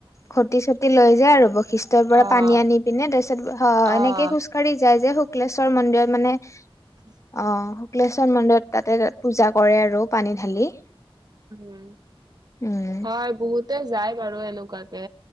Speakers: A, on the left; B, on the right.
A: খুঁটি চুটি লৈ যায় আৰু। খ্ৰীষ্টৰ পৰা
B: অ',
A: পানী আনি পিনে তাৰপিছত
B: অ',
A: এনেকে খোজকাাঢ়ি যায় যে শুক্লেশ্বৰ মন্দিৰত মানে।
B: উম।
A: অ' শুক্লেশ্বৰ মন্দিৰত তাতে পূজা কৰে আৰু পানী ঢালি।
B: উম
A: উম।
B: হয় বহুতে যায় বাৰু এনেকুৱাকে।